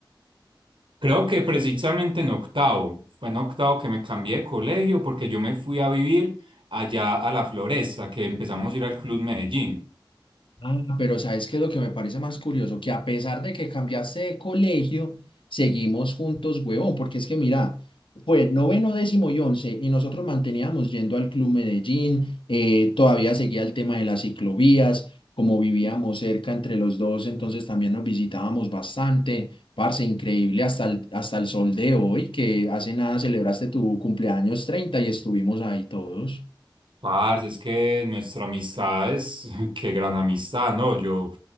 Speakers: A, on the right; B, on the left.
A: Creo que precisamente en octavo, fue en octavo que me cambié de colegio porque yo me fui a vivir allá a la Floresta, que empezamos a ir al Club Medellín.
B: Ah, pero ¿sabes qué es lo que me parece más curioso? Que a pesar de que cambiaste de colegio, seguimos juntos, huevón, porque es que mira, fue noveno, décimo y once, y nosotros manteníamos yendo al Club Medellín, eh, todavía seguía el tema de las ciclovías, como vivíamos cerca entre los dos, entonces también nos visitábamos bastante, parce, increíble hasta el, hasta el sol de hoy, que hace nada celebraste tu cumpleaños 30 y estuvimos ahí todos.
A: Parce, es que nuestra amistad es, <laughs> qué gran amistad, ¿no? Yo